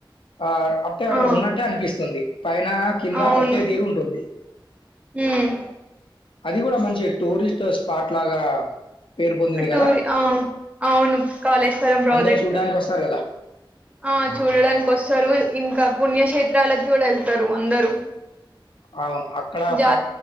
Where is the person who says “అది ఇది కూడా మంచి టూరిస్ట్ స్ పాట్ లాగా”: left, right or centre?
Left